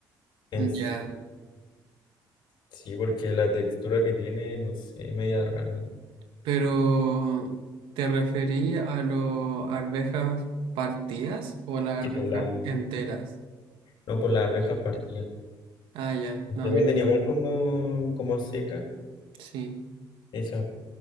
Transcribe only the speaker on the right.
Ya,
pero ¿te referí a las arvejas partidas o a las
arvejas
enteras?
Ah, ya, no,
a
mí no me
gusta.
Sí,